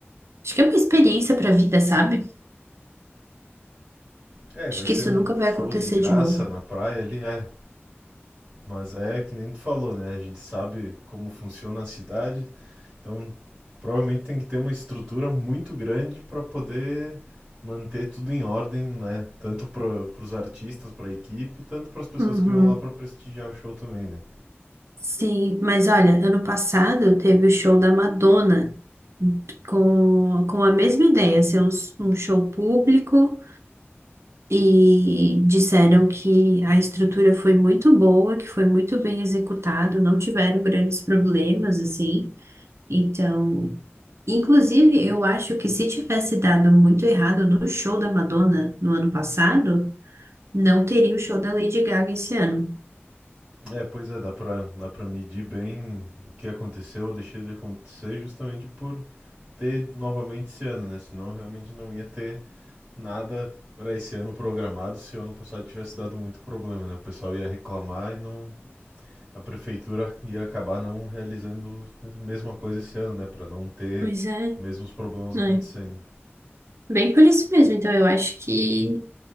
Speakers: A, on the right; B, on the right.
A: acho que é uma experiência para a vida, sabe?
B: É,
A: Acho
B: vai
A: que
B: ser
A: isso
B: um
A: nunca vai
B: show
A: acontecer
B: de graça
A: de novo.
B: na praia ali, é. Mas é que nem tu falou, né? A gente sabe como funciona a cidade, então provavelmente tem que ter uma estrutura muito grande para poder manter tudo em ordem, né? Tanto para os artistas, para a equipe, tanto para as pessoas
A: Uhum.
B: que vão lá para prestigiar o show também, né?
A: Sim, mas olha, ano passado teve o show da Madonna com, com a mesma ideia, ser um, um show público e disseram que a estrutura foi muito boa, que foi muito bem executado, não tiveram grandes problemas assim. Então, inclusive, eu acho que se tivesse dado muito errado no show da Madonna no ano passado, não teria o show da Lady Gaga esse ano.
B: É, pois é, dá para dá para medir bem o que aconteceu ou deixou de acontecer justamente por ter novamente esse ano, né? Senão realmente não ia ter nada para esse ano programado se o ano passado tivesse dado muito problema, né? O pessoal ia reclamar e não a prefeitura ia acabar não realizando a mesma coisa esse ano, né, para não ter
A: Pois é,
B: mesmos problemas
A: né?
B: acontecendo.
A: Bem por isso mesmo. Então, eu acho que